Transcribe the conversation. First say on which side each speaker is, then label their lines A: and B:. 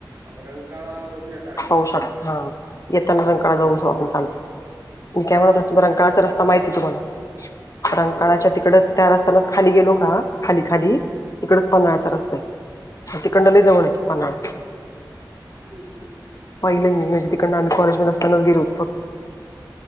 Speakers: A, on the right; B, on the left.
A: रंकाळा बघण्या
B: होहू शक हा येताना रंकाळा जाऊळसो
A: हम्म.
B: आपण चालत. मी काय
A: हम्म.
B: म्हणत हो रंकाळाचा
A: सायंकाळी
B: रस्ता माहितीय तुम्हाला रंकाळाच्या
A: हो
B: तिकडं त्या रस्ता्यानाच खाली गेलो का खाली खाली तिकडचं पन्हाळाचा रस्ता आहे. तिकडं न लई
A: अच्छा.
B: जवळ ये पन्हाळ
A: हम्म.
B: पहिलं मी म्हणजे तिकडन आम्ही कॉलेज म असतानाच गेलोत फक्त